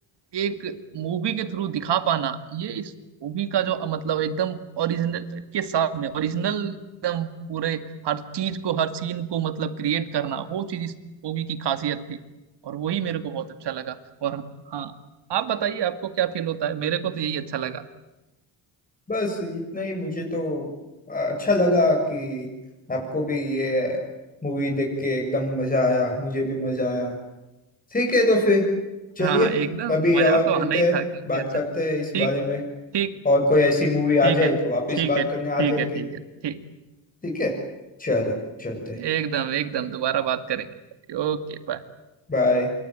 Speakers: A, on the right; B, on the left.
A: एक मूवी के थ्रू दिखा पाना ये इस मूवी का जो मतलब एकदम ओरिजिनल के साथ में ओरिजिनल एकदम पूरे हर चीज को हर सीन को मतलब क्रिएट करना वो चीज इस मूवी की खासियत थी और वही मेरे को बहुत अच्छा लगा और हाँ आप बताइए आपको क्या फील होता है मेरे को तो यही अच्छा लगा
B: बस इतना ही मुझे तो अच्छा लगा कि आपको भी ये मूवी देख के एकदम मजा आया मुझे भी मजा आया ठीक है तो फिर चलिए
A: हाँ हाँ एकदम
B: कभी
A: मजा
B: और
A: तो
B: मिलते
A: आना ही
B: हैं
A: था क्योंकि
B: बात
A: अच्छा
B: करते हैं इस बारे
A: ठीक
B: में
A: ठीक
B: और कोई ऐसी मूवी आ
A: ठीक
B: जाए
A: है
B: तो वापस
A: ठीक
B: बात
A: है ठीक
B: करने आ जाएंगे
A: है ठीक है ठीक
B: ठीक है चलो चलते
A: एकदम एकदम दोबारा बात करेंगे Okay bye
B: बाय